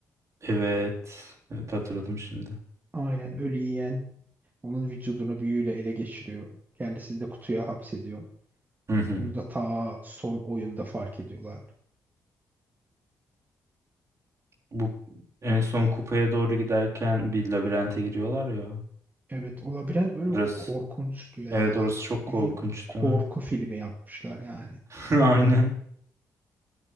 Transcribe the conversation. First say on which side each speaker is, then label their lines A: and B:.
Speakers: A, on the right; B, on the right.
A: Evet. Evet hatırladım şimdi.
B: Aynen ölü yiyen onun vücudunu büyüyle ele geçiriyor. Kendisini de kutuya hapsediyor.
A: Hı hı.
B: Bunu da ta son oyunda fark ediyorlar.
A: Bu en son kupaya doğru giderken bir labirente giriyorlar ya.
B: Evet, o labirent bölümü
A: Burası.
B: korkunçtu ya.
A: Evet orası çok
B: Bildiğin
A: korkunçtu.
B: korku filmi yapmışlar yani.
A: <laughs> Aynen.